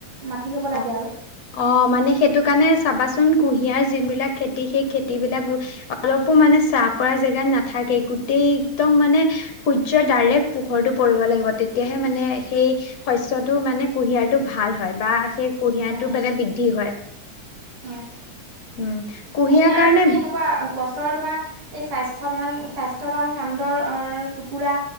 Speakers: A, on the right; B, on the left.
A: মাটি হ'ব লাগে
B: অ
A: আৰু।
B: অ মানে সেইটো কাৰণে চাবাচোন কুঁহিয়াৰ যিবিলাক খেতি, সেই খেতি বিলাক অলপো মানে চাহ পৰা জেগাত নাথাকে, গোটেই একদম মানে সূৰ্যৰ ডাইৰেক্ট পোহৰটো পৰিব লাগিব, তেতিয়াহে মানে সেই শস্যটো মানে কুঁহিয়াৰটো ভাল হয় বা সেই কুঁহিয়াৰটো
A: হয় হয়
B: মানে বৃদ্ধি হয়।
A: হয়,
B: উম
A: কুঁহিয়াৰ
B: কাৰণে
A: তুমি এনেকুৱা গছৰ তোমাৰ এই স্বাস্থ্যয়বান, স্বাস্থ্যয়ৱান কাণ্ডৰ টুকুৰা